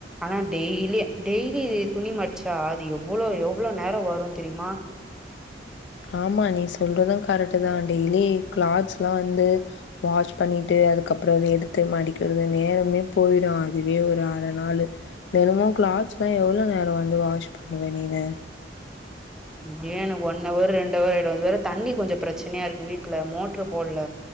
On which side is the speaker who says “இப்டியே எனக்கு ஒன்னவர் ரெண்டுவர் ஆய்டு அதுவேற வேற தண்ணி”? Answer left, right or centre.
Centre